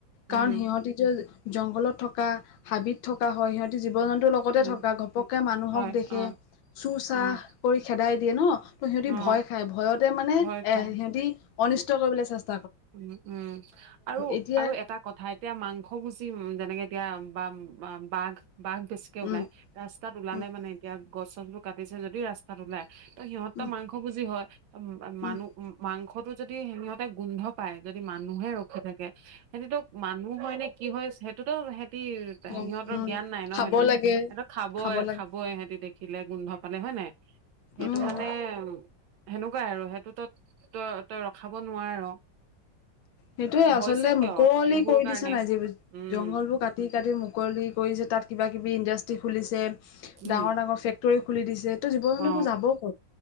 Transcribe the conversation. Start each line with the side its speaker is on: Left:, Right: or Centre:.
Right: উম,
Left: কাৰণ সিহঁতি <unintelligible> জংঘলত থকা হাবিত থকা হয় সিহঁতি জীৱ জন্তুৰ লগতে
Right: উম,
Left: থকা ঘপককে মানুহক
Right: হয়
Left: দেখে।
Right: অ',
Left: চুৰ চাহ
Right: অ',
Left: কৰি খেদাই দিয়ে ন' ত'সিহঁতি
Right: অ',
Left: ভয় খায় ভয়তে মানে এ
Right: ভয় খাই।
Left: সিহঁতি অনিষ্ট কৰিবলৈ চেষ্ট
Right: উম, উম আৰু-আৰু
Left: এতিয়া
Right: এটা ক কথা এতিয়া মাংসভোজী উম যেনেকে এতিয়া বা বাঘ-বাঘ বেছিকে ওলাই।
Left: উম
Right: ৰাস্তাত ওলালে
Left: উম
Right: মানে এতিয়া গছ-চছবোৰ কাটিছে যদি ৰাস্তাত ওলায়। ত' সিহঁততো
Left: উম
Right: মাংসভোজী হয় <unintelligible> মানুহ
Left: উম
Right: মাংসটো যদি সিহঁতে গোন্ধ পাই যদি মানুহে ৰখি থাকে সেহঁতিতো মানুহ হয় নে কি হয় সেইটোতো সেহঁতি তে
Left: উম
Right: সিহঁতৰ
Left: উম
Right: জ্ঞান নাই ন'
Left: খাব
Right: সেইটো
Left: লাগে
Right: এটো খাবই-খাবই
Left: খাব লাগে
Right: সিহঁতি দেখি দেখিলে গোন্ধ পালে হয় নাই সেইটো
Left: উম
Right: মানে সেনেকুৱাই আৰু সেইটো ত' -তই- তই ৰখাব নোৱাৰ।
Left: সেইটোয়ে আচলতে
Right: হৈছে কিয়
Left: মুকলি
Right: এইবোৰ
Left: কৰি
Right: কাৰণে
Left: দিছে নাই যি
Right: উম
Left: জংঘল বোৰ কাট কাটি- কাটি মুকলি কৰিছে তাত কিবা- কিবি ইণ্ডাষ্ট্ৰি খুলিছে ডাঙৰ
Right: উম
Left: -ডাঙৰ ফেক ক্টৰী খুলি দিছে ত'জীৱ -জন্তুবোৰ
Right: অ
Left: যাব ক'ত